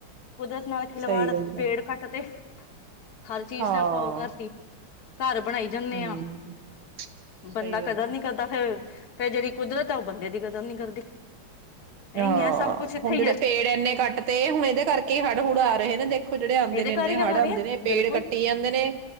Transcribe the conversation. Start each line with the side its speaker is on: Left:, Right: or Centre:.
Left: ਕੁਦਰਤ ਨਾਲ ਖਿਲਵਾੜ
Right: ਸਹੀ ਗੱਲ
Left: ਪੇੜ
Right: ਆ।
Left: ਕੱਟ ਤੇ। ਹ ਹਰ ਚੀਜ਼
Right: ਹਾਂ।
Left: ਤਾਂ ਪਾਓ ਘਰ ਦੀ। ਘਰ ਬਣਾਈ ਜਾਂਨੇ
Right: ਹੂੰ
Left: ਆਂ, ਬੰਦਾ
Right: ਸਹੀ ਗੱਲ
Left: ਕਦਰ ਨੀ
Right: ਆ।
Left: ਕਰਦਾ ਫੇਰ, ਫਿਰ ਜਿਹੜੀ ਕੁਦਰਤ ਆ ਉਹ ਬੰਦੇ ਦੀ ਕਦਰ ਨੀ ਕਰਦੀ।
Right: ਹਾਂ
Left: ਇਹੀ ਹੈ ਸਭ ਕੁਛ ਇੱਥੇ
Right: ਹੁਣ ਜਿਹੜੇ
Left: ਹੀ ਹੈ
Right: ਪੇੜ ਇੰਨੇ ਕੱਟ ਤੇ ਹੁਣ ਇਹਦੇ ਕਰਕੇ ਹੜ ਹੁੜ ਆ ਰਹੇ ਨੇ ਦੇਖੋ ਜਿਹੜੇ ਆਉਂਦੇ
Left: ਇਹਦੇ
Right: ਨੇ ਇੰਨੇ
Left: ਘਰ ਹੀ ਕਰ
Right: ਹੜ ਆਉਂਦੇ
Left: ਰਿਹਾ
Right: ਨੇ ਪੇੜ
Left: ਬਿਲਕੁਲ
Right: ਕੱਟੀ ਜਾਂਦੇ ਨੇ